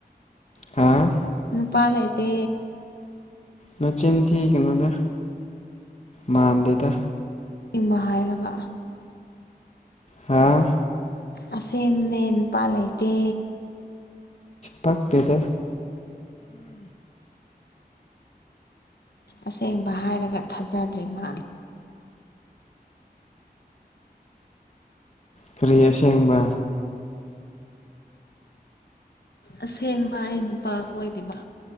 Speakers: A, on the left (about 45°); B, on the left (about 75°).
A: ꯍꯥ
B: ꯅꯨꯄꯥꯗꯤ
A: ꯃꯆꯤꯟꯊꯤ ꯀꯩꯅꯣꯗ ꯃꯥꯟꯗꯦꯗ
B: ꯕ ꯍꯥꯏꯔꯒ
A: ꯍꯥꯥ
B: ꯑꯁꯦꯝꯅꯦ ꯅꯨꯄꯥ ꯂꯩꯇꯦ
A: ꯄꯥꯛꯇꯦꯗ
B: ꯑꯁꯦꯡꯕ ꯍꯥꯏꯔꯒ ꯊꯥꯖꯗ꯭ꯔꯤ ꯃꯥ
A: ꯀꯔꯤ ꯑꯁꯦꯡꯕ
B: ꯑꯁꯦꯡꯕ ꯑꯩ ꯅꯨꯄꯥ ꯀꯣꯏꯗꯔꯤꯕ